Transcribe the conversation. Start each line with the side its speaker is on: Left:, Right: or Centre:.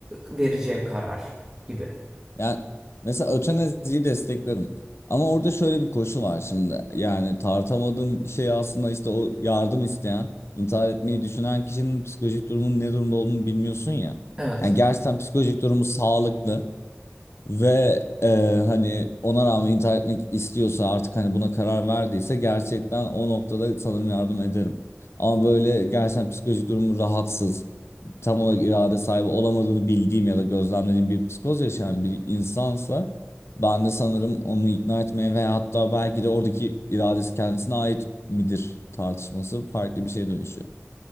Right: vereceği karar gibi.
Left: yani mesela ötenaziyi desteklerim. Ama orada şöyle bir koşu var şimdi. Yani tartamadığım şey aslında işte o yardım isteyen, intihar etmeyi düşünen kişinin psikolojik durumunun ne durumda olduğunu bilmiyorsun ya.
Right: Evet.
Left: Yani gerçekten psikolojik durumu sağlıklı. Ve e, hani ona rağmen intihar etmek istiyorsa artık hani buna karar verdiyse gerçekten o noktada sanırım yardım ederim. Ama böyle gerçekten psikolojik durumu rahatsız, tam olarak irade sahibi olamadığını bildiğim ya da gözlemlediğim bir psikoz yaşayan bir insansa ben de sanırım onu ikna etmeye veya hatta belki de oradaki iradesi kendisine ait midir tartışması farklı bir şeye dönüşüyor.